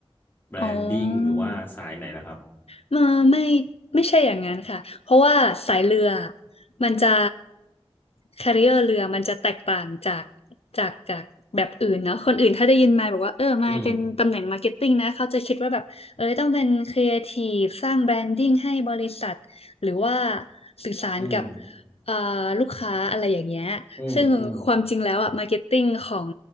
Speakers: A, on the left; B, on the left.
A: แบรนดิ้งหรือว่าสายไหนนะครับ
B: อ๋อ เออไม่ไม่ใช่อย่างนั้นค่ะเพราะว่าสายเรือมันจะแคริเออร์เรือมันจะแตกต่างจากจากจากแบบอื่นเนาะคนอื่นถ้าได้ยินมาบอกว่าเออมาเป็นตำแหน่งมาร์เก็ตติ้งนะเขาจะคิดว่าแบบเออต้องเป็นครีเอทีฟสร้างแบรนดิ้งให้บริษัทหรือว่า
A: อืม
B: สื่อสารกับ
A: อืม
B: เอ่อลูกค้าอะไรอย่างเงี้ยซึ่งความจริงแล้วอะมาร์เก็ตติ้งของ
A: อืม อืม